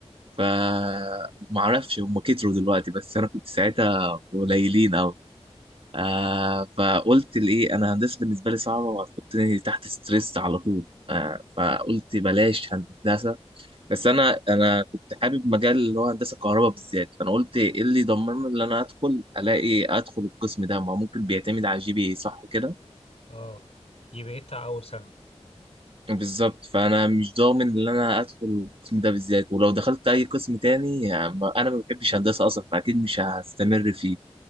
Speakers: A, on the right; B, on the left.
A: فمعرفش هم كتروا دلوقتي بس انا كنت ساعتها قليلين قوي آه فقلت لإيه أنا هندسة بالنسبة لي صعبة وهتحطني تحت ستريس على طول آه فقلت بلاش هندسة بس أنا أنا كنت حابب مجال اللي هو هندسة كهرباء بالذات فأنا قلت إيه اللي يضمن لي إن أنا أدخل ألاقي أدخل القسم ده ما هو ممكن بيعتمد على جي بي إيه صح كده؟
B: أه دي بقيت أول سنة
A: بالظبط فانا مش ضامن ان انا ادخل القسم ده بالذات ولو دخلت اي قسم تاني يعني ما- انا ما بحبش هندسه اصلا فاكيد مش هستمر فيه